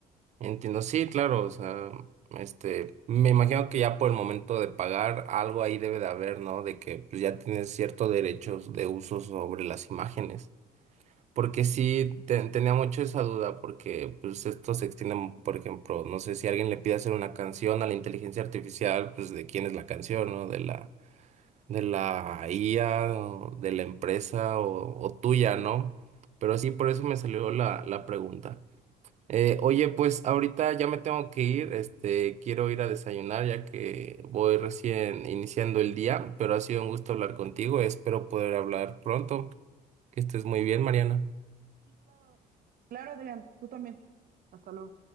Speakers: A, on the right; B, on the right.
A: Entiendo. Sí, claro. O sea, este, me imagino que ya por el momento de pagar algo ahí debe de haber, ¿no? De que pues, ya tienes ciertos derechos de uso sobre las imágenes. Porque sí, te- tenía mucho esa duda, porque pues esto se extiende, por ejemplo, no sé si alguien le pide hacer una canción a la inteligencia artificial, pues de quién es la canción, ¿no? De la, de la IA, o de la empresa o, o tuya, ¿no? Pero sí, por eso me salió la, la pregunta. Eh, oye, pues ahorita ya me tengo que ir, este, quiero ir a desayunar ya que voy recién iniciando el día, pero ha sido un gusto hablar contigo, espero poder hablar pronto. Que estés muy bien, Mariana.
B: Sí, claro. Claro, Adrián, tú también. Hasta luego.